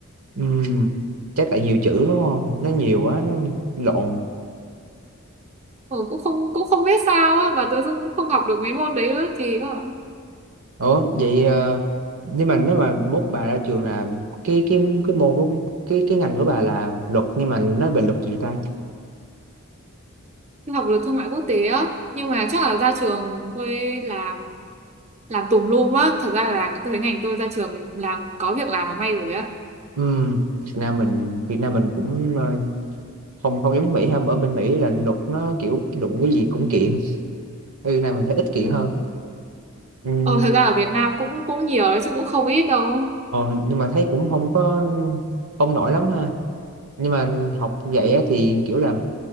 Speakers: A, on the right; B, on the right.
A: Ừm, chắc tại nhiều chữ đúng không nó nhiều quá nó lộn
B: Ờ, cũng không cũng không biết sao á mà tự dưng cũng không học được mấy môn đấy nữa kỳ quá à.
A: ủa vậy ờ, nhưng mà nếu mà mốt bà ra trường là cái cái cái môn của cái cái ngành của bà là luật nhưng mà nó về luật gì ta
B: Tôi học được thương mại quốc tế á nhưng mà chắc là ra trường tôi làm làm tùm lum á thật ra là tôi thấy ngành tôi ra trường làm có việc làm là may rồi á
A: Ừm, Việt Nam mình Việt Nam mình cũng ờ, không không giống Mỹ ha ở bên Mỹ là luật nó kiểu đụng cái gì cũng kiện ừ này mình thấy ít kiện
B: ừ.
A: hơn ừ,
B: ờ, thật ra ở Việt Nam cũng cũng nhiều đấy chứ cũng không ít đâu
A: còn nhưng mà thấy cũng không có không nổi lắm ha nhưng mà học vậy á, thì kiểu là